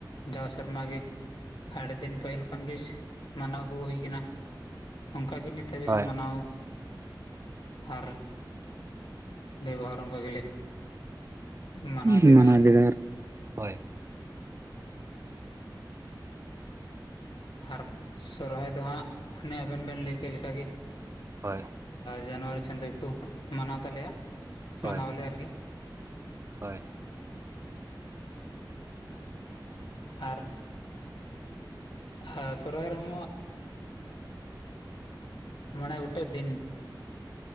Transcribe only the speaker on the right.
ᱦᱳᱭ
<unintelligible>
ᱦᱳᱭ
ᱦᱳᱭ
ᱦᱳᱭ
ᱦᱳᱭ ᱟᱪᱪᱷᱟ